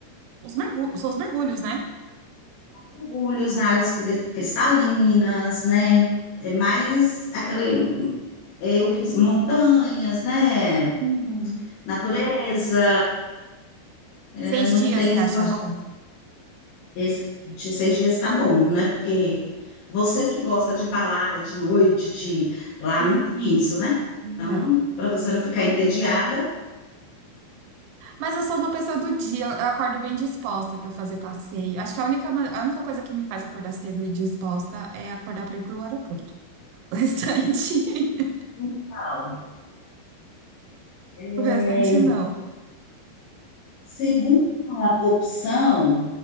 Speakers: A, on the right; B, on the left.
A: os mergu... são os mergulhos, né?
B: mergulhos na águas cri- cristalinas, né? É mais aquele, é o que, você- montanhas, né?
A: Uhum,
B: Natureza, né?
A: Seis
B: não
A: dias,
B: tem
A: você
B: esse
A: acha bom?
B: Excelente, seis dias tá bom, né? Porque você que gosta de balada de noite, de lá
A: uhum.
B: não tem isso, né?
A: Não.
B: Então, para você não ficar entediada.
A: Mas eu sou uma pessoa do dia, eu acordo bem disposta para fazer passeio. Acho que a única, ma- a única coisa que me faz acordar cedo e disposta é acordar para ir pro aeroporto. O restante, <laughs>
B: Então, é,
A: o restante não.
B: segunda opção,